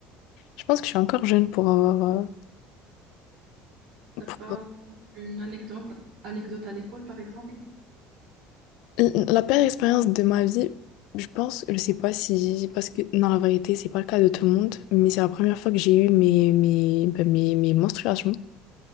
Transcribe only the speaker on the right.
t'as
pas
une anecdote, anecdote à l'école, par exemple